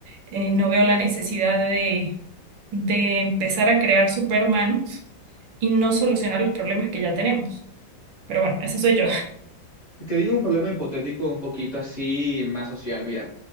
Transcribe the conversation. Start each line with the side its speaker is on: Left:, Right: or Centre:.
Right: eh, no veo la necesidad de, de empezar a crear superhumanos y no solucionar los problemas que ya tenemos. Pero bueno, ese soy yo.
Left: Te digo un problema hipotético un poquito así más social. Mira,